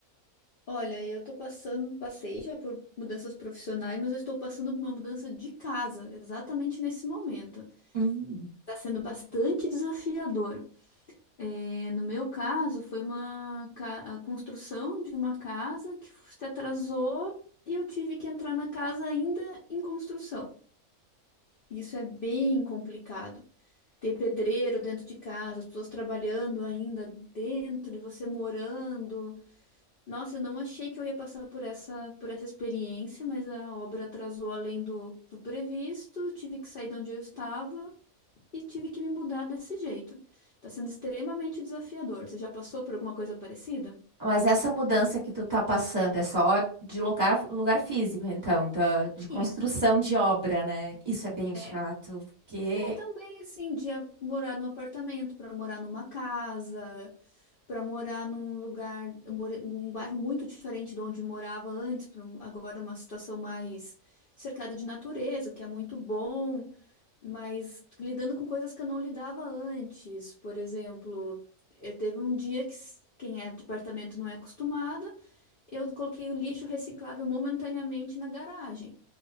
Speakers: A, on the left; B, on the right.
A: Olha, eu tô passando, passei já por mudanças profissionais, mas eu estou passando por uma mudança de casa, exatamente nesse momento.
B: Hum.
A: Está sendo bastante desafiador. É, no meu caso, foi uma ca- a construção de uma casa que se atrasou e eu tive que entrar na casa ainda em construção. Isso é bem complicado. Ter pedreiro dentro de casa, as pessoas trabalhando ainda dentro e você morando. Nossa, eu não achei que eu ia passar por essa, por essa experiência, mas a obra atrasou além do, do previsto, eu tive que sair de onde eu estava e tive que me mudar desse jeito. Tá sendo extremamente desafiador. Você já passou por alguma coisa parecida?
B: Mas essa mudança que tu tá passando é só de lugar, lugar físico, então, da, de construção
A: Isso,
B: de obra, né? Isso é bem chato,
A: é.
B: porque...
A: Não, também, assim, de a- morar num apartamento, para morar numa casa, para morar num lugar, eu morei- um bairro muito diferente de onde eu morava antes, pra um- agora uma situação mais cercada de natureza, que é muito bom. mas lidando com coisas que eu não lidava antes. Por exemplo, eu teve um dia que s- quem é de apartamento não é acostumado, eu coloquei o lixo reciclável momentaneamente na garagem.